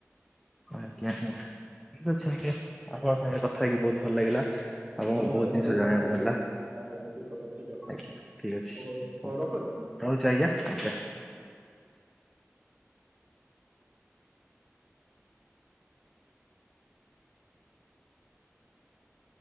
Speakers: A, in the centre; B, on the right (about 30°).
A: ଆଜ୍ଞା ଆଜ୍ଞା ଠିକ ଅଛ ଆଜ୍ଞା ଆପଣଙ୍କ ସାଙ୍ଗରେ କଥା ହେଇକି ବହୁତ୍ ଭଲ ଲାଗିଲା ଆଙ୍କୁ
B: ଧନ୍ୟବାଦ
A: ବହୁତ
B: ମତେ
A: ଜିନିଷ
B: ବି
A: ଜାଣିବାକୁ
B: ଭଲ ଲାଗିଲା
A: ମିଳିଲା।
B: ଆଜ୍ଞା ଠିକ କଥା ଠିକ କଥା
A: ଆଜ୍ଞା ଠିକ୍ ଅଛି।
B: ହଉ ହଉ ରଖୁଚି।
A: ରହୁଛି ଆଜ୍ଞା ଆଜ୍ଞା। ଆ